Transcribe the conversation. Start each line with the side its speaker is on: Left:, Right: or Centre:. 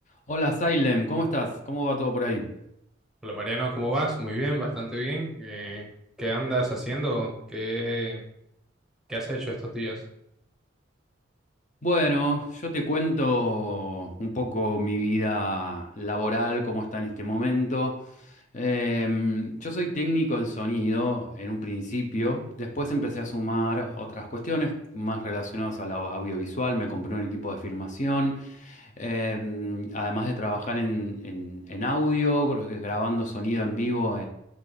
Left: Hola Salem, ¿cómo estás? ¿Cómo va todo por ahí?
Centre: Hola Mariano, ¿cómo vas? Muy bien, bastante bien. Eh, ¿qué andas haciendo? ¿Qué, qué has hecho estos días?
Left: Bueno, yo te cuento un poco mi vida laboral, cómo está en este momento. Em, yo soy técnico en sonido en un principio, después empecé a sumar otras cuestiones más relacionadas a la au- audiovisual, me compré un equipo de filmación, em, además de trabajar en, en en audio, gr- grabando sonido en vivo